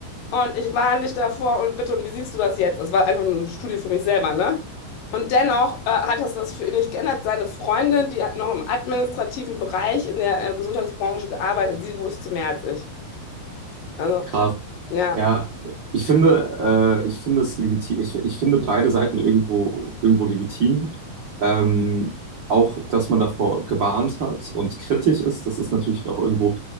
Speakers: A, on the left (about 65°); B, on the right (about 80°).
A: Und ich warne dich davor und bitte, und wie siehst du das jetzt? Das war einfach nur eine Studie für mich selber, ne? Und dennoch äh, hat das das für ihn nicht geändert. Seine Freundin, die hat noch im administrativen Bereich in der äh, Gesundheitsbranche gearbeitet, sie wusste mehr als ich. Also,
B: krass.
A: ja,
B: Ja, ich finde, äh, ich finde es legitim, ich, ich finde beide Seiten irgendwo, irgendwo legitim. Ähm, auch, dass man davor gewarnt hat und kritisch ist, das ist natürlich auch irgendwo